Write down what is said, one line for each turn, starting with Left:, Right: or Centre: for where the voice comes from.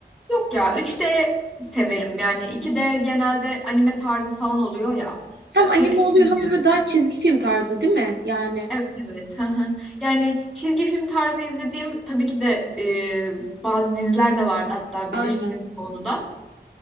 Centre: Yok ya üç d severim yani iki d genelde anime tarzı falan oluyor ya
Right: Hem
Centre: e,
Right: anime
Centre: pek sevmiyorum.
Right: oluyor hem de böyle daha çizgi film tarzı değil mi? Yani
Centre: Evet evet. hı hı. Yani çizgi film tarzı izlediğim tabii ki de e, bazı diziler de vardı hatta
Right: aynen.
Centre: bilirsin onu da.